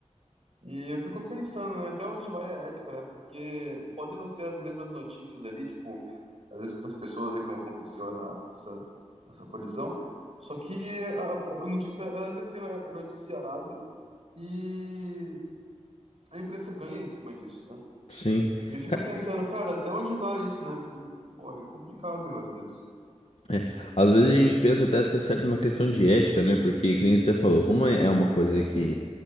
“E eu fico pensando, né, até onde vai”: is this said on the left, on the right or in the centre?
Right